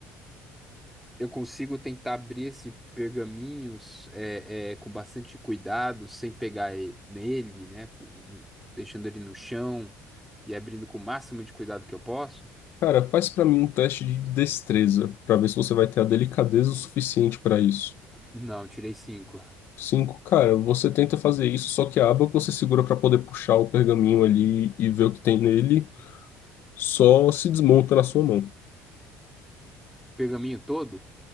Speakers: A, in the centre; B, on the left.
A: eu consigo tentar abrir esse pergaminhos é, é, com bastante cuidado, sem pegar e- nele, né? com- Deixando ele no chão e abrindo com o máximo de cuidado que eu posso.
B: Cara, faz pra mim um teste de destreza pra ver se você vai ter a delicadeza o suficiente pra isso.
A: Não, tirei cinco.
B: Cinco, cara, você tenta fazer isso, só que a aba que você segura pra poder puxar o pergaminho ali e ver o que tem nele só se desmonta na sua mão.
A: Pergaminho todo?